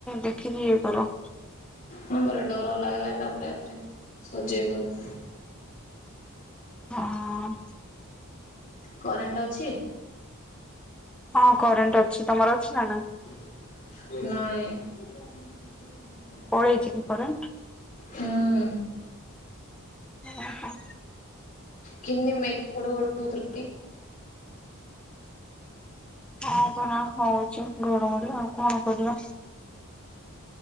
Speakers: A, in the centre; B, on the left.
A: ଦେଖିକି ଇଏ କର।
B: ହଁ ପରା ଡର ଲାଗିଲା ତା ପରେ ସଜେଇ ଗଲୁ।
A: ହଁ। ହଁ।
B: କରେଣ୍ଟ ଅଛି?
A: ହଁ କରେଣ୍ଟ ଅଛି ତମର ଅଛି ନା ନାହିଁ?
B: ନାଇଁ।
A: ପଳେଇଛି କି କରେଣ୍ଟ?
B: ହୁଁ।
A: ଓହୋ।
B: କିନି <unintelligible> <unintelligible>
A: ହଁ ପରା ହଉଛି ଘଡ଼ଘଡ଼ି ଆଉ କଣ କରିବା?